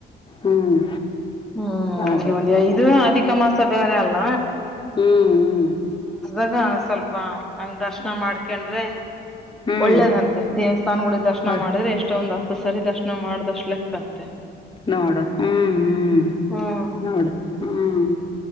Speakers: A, on the left; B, in the centre.
A: ಹ್ಮ್
B: ಹ್ಮ್
A: ಅದೇ
B: ಅಗೆ ಒಂದ ಇದು ಅಧಿಕ. ಮಾಸ ಬೇರೆ ಅಲ್ಲ.
A: ಹ್ಮ್ ಹ್ಮ್.
B: ಆಗ ಸ್ವಲ್ಪ ನಂಗ ದರ್ಶನ ಮಾಡ್ಕೊಂಡ್ರೆ.
A: ಹ್ಮ್
B: ಒಳ್ಳೇದಂತೆ ದೇವಸ್ಥಾನಗಳಿಗೆ ದರ್ಶನ
A: ಹೊಳ್
B: ಮಾಡಿದ್ರೆ ಎಷ್ಟೊಂದ. ಸರಿದರ್ಶನ ಮಾಡ್ದಷ್ಟು ಲೆಕ್ಕಂತೆ.
A: ನೋಡು ಹ್ಮ್ ಹ್ಮ್
B: ಹ್ಮ್
A: ನೋಡ ಹ್ಮ್.